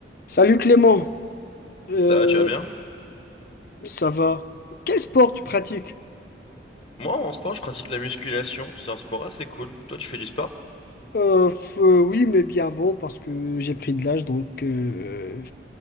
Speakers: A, on the left; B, on the left.
A: Salut Clément, Euh,
B: Ça va, tu vas bien?
A: ça va? Quel sport tu pratiques?
B: Moi, en sport, je pratique la musculation. C'est un sport assez cool. Toi, tu fais du sport?
A: Euh, f- euh, oui, mais bien avant parce que j'ai pris de l'âge, donc euh,